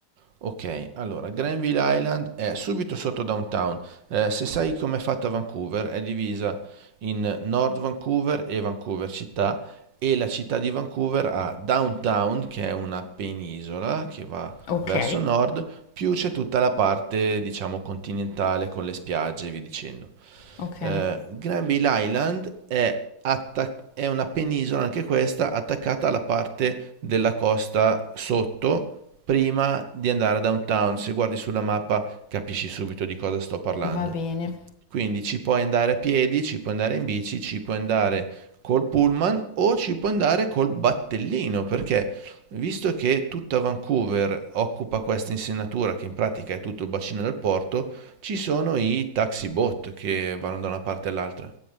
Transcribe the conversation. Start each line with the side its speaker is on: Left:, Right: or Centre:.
Right: Ok, allora, Granville Island è subito sotto downtown. Eh, se sai com'è fatta Vancouver, è divisa in North Vancouver e Vancouver città e la città di Vancouver ha downtown, che è una penisola che va
Left: Ok,
Right: verso nord, più c'è tutta la parte, diciamo, continentale con le spiagge e via dicendo.
Left: ok,
Right: Eh, Granville Island è, attac- è una penisola, anche questa, attaccata alla parte della costa sotto, prima di andare a downtown. Se guardi sulla mappa capisci subito di cosa sto parlando.
Left: va bene.
Right: Quindi ci puoi andare a piedi, ci puoi andare in bici, ci puoi andare col pullman o ci puoi andare col battellino, perché visto che tutta Vancouver occupa questa insenatura, che in pratica è tutto il bacino del porto, ci sono i taxi boat che vanno da una parte all'altra.